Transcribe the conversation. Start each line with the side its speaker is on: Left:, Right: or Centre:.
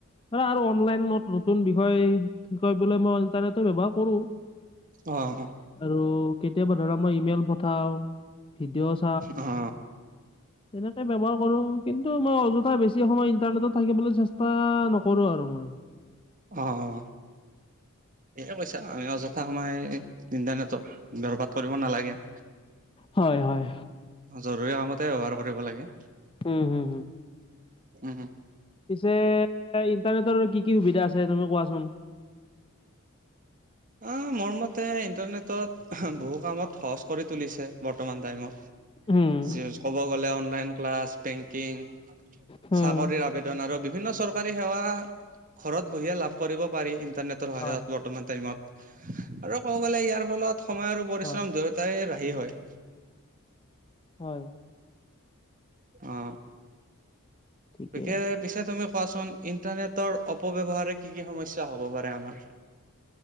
Left: আৰ আৰু অনলাইন ন নতুন বিষয় কি কয় বোলে মই ইণ্টাৰনেটৰ ব্যৱহাৰ কৰো
Right: অ অ
Left: আৰু কেতিয়াবা ধৰা মই ইমেইল পঠাও ভিডিঅ'ছ
Right: অ
Left: তেনেকে ব্যৱহাৰ কৰো কিন্তু মই অযথা বেছি সময় ইণ্টাৰনেটত থাকিবলৈ চেষ্টা নকৰো আৰু মই
Right: অ অ এয়ে কৈছা আমি অযথা সময় ইণ্টাৰনেটত বৰবাত কৰিব নালাগে
Left: হয় হয়
Right: জৰুৰী কামতে ব্যৱহাৰ কৰিব লাগে
Left: হু হু
Right: হু হু
Left: পিছে ইণ্টাৰনেটৰ কি কি সুবিধা আছে তুমি কোৱাচোন
Right: অ মোৰ মতে ইণ্টাৰনেটত বহু কামত সহজ কৰি তুলিছে বৰ্তমান টাইমত
Left: উম
Right: চিয়েছ ক'ব গ'লে অনলাইন ক্লাছ বেংকিং
Left: হুম।
Right: চাকৰিৰ আবে দন আৰু বিভিন্ন চৰকাৰী সেৱা ঘৰত বহিয়ে লাভ কৰিব পাৰি ইণ্টাৰনেট টৰ সহায়ত
Left: হয়
Right: বৰ্তমান টাইমত আৰু ক'ব গ'লে ইয়াৰ ফলত সময় আৰু পৰিশ্ৰম
Left: হয়
Right: দুয় টাই ৰাহি হয়
Left: হয়
Right: অ
Left: ঠিকে।
Right: তিকে পিছে তুমি কোৱাচোন ইণ্টাৰনেটৰ অপব্যৱহাৰে কি কি সমস্যা হ'ব পাৰে আমাৰ